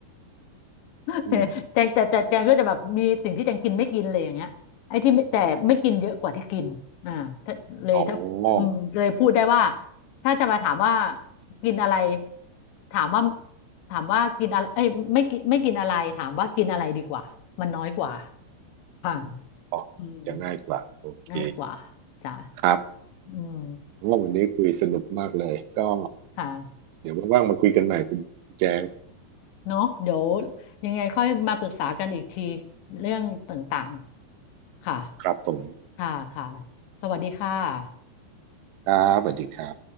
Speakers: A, on the left; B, on the right.
A: <laughs>
B: อืม
A: แจงแต่แต่แจงก็จะแบบมีสิ่งที่แจงกินไม่กินเลยอย่างเงี้ยไอ้ที่ไม่แต่ไม่กินเยอะกว่าที่กินอ่าถ้าเลยถ้าอืมเลยพูดได้ว่า
B: อ๋อ
A: ถ้าจะมาถามว่ากินอะไรถามว่าถามว่ากินอะไรเอ้ยไม่กินไม่กินอะไรถามว่ากินอะไรดีกว่ามันน้อยกว่าค่ะ
B: อืมอ๋อจะง่ายกว่าโอเค
A: อืม ง่ายกว่าจ้ะ
B: ครับ
A: อืม
B: โอ้วันนี้คุยสนุกมากเลยก็
A: ค่ะ
B: เดี๋ยวว่างๆมาคุยกันใหม่คุณแจง
A: เนอะเดี๋ยวยังไงค่อยมาปรึกษากันอีกทีเรื่องต่างๆ ค่ะ
B: ครับผม
A: ค่ะค่ะสวัสดีค่ะ
B: ครับสวัสดีครับ